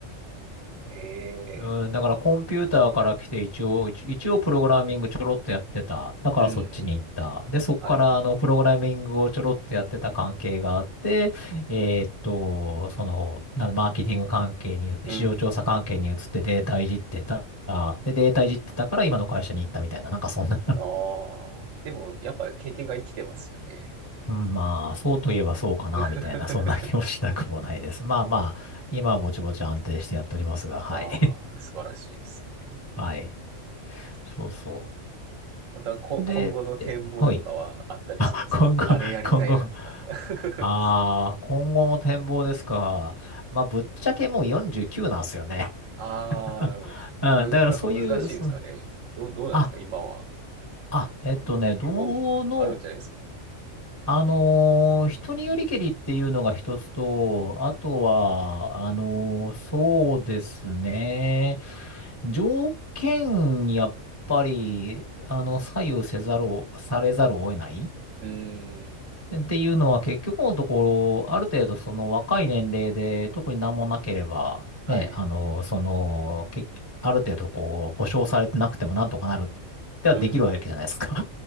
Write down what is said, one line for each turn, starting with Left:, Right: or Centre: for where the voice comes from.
Right: へえ、
Left: うん、だからコンピューターから来て一応、一一応プログラミングちょろっとやってた。だからそっちに行った。
Right: うん、
Left: で、そっからあの、
Right: はい、
Left: プログラミングをちょろっとやってた関係があって、えーっと、その、なんマーケティング関係に、
Right: うん。
Left: 市場調査関係に移ってデータいじってた。で、データいじってたから今の会社に行ったみたいな、なんかそんな
Right: ああ、でも、やっぱ経験が生きてますよね。
Left: <laughs> うん、まあ、そうといえばそうかな、
Right: <laughs>
Left: みたいな、そんな気もしなくもないです。まあまあ、今はぼちぼち安定してやっておりますが、はい。
Right: ああ、素晴らしいですね。
Left: <laughs> はい。そうそ
Right: また、こ、
Left: う。で、
Right: 今後の展望とかはあったりするんですかあれやりたいなとか。
Left: はい。あ、今後、今後、
Right: <laughs>
Left: ああ、今後の展望ですか。まあ、ぶっちゃけもう49なんですよね。<laughs>
Right: ああ、なるほど。
Left: うん、
Right: む、
Left: だからそういう、
Right: やっぱ難しいですかね。
Left: そう、
Right: どう、どうなんですか今は。
Left: あ、あ、えっとね、どの、
Right: 結構、あるんじゃないですか
Left: あのー人によりけりっていうのが一つと、あとは、あのーそうですね、条件にやっぱり、あの、左右せざるを、されざるを得ない
Right: うーん。
Left: っていうのは結局のところ、ある程度その若い年齢で特に何もなければ、
Right: はい。
Left: ね、あの、
Right: う
Left: その、結局ある程度こう、保証されてなくてもなんとかなるってはできるわけじゃないですか。
Right: ーん。